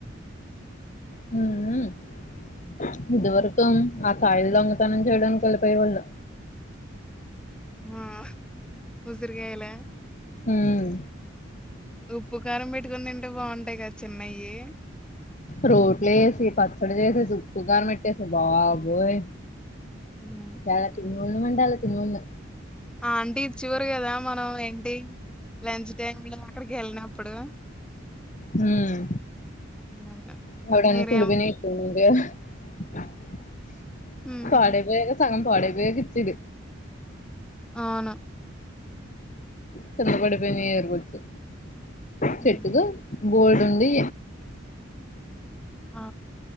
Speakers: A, on the left; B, in the centre.
A: హ్మ్ మ్మ్ ఇదివరకు ఆ కాయలు దొంగతనం చేయడానికి వెళ్లిపోయేవాళ్ళు
B: ఆ ఉసిరిగాయల
A: మ్మ్
B: ఉప్పు కారం పెట్టుకుని తింటే బాగుంటాయి కదా చిన్నయి
A: రోట్లో ఏసీ పచ్చడి చేసేసి ఉప్పు కారం పెట్టేసి బాబోయ్
B: ఉమ్
A: చాలా <unintelligible> తినమంటన్న తినమన్న
B: ఆ ఆంటీ చూరు కదా మనం ఏంటి లంచ్ టైమ్ లో అక్కడికి వెళ్ళినప్పుడు
A: మ్మ్
B: అవును.
A: <unintelligible>
B: మీరేం హ్మ్
A: పాడైపోయాక సగం పాడపోయక ఇచ్చిద్ది
B: అవును
A: కింద పడిపోయినవి ఏరుకొచ్చి
B: హ్మ్
A: చెట్టు కు బోల్డన్ న్నీ
B: ఆ